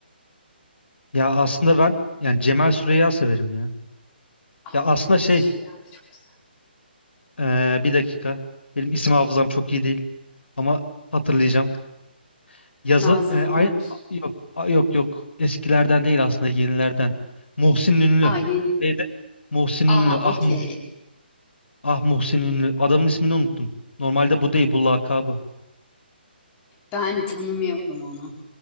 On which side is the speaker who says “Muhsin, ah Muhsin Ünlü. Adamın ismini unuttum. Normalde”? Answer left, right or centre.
Left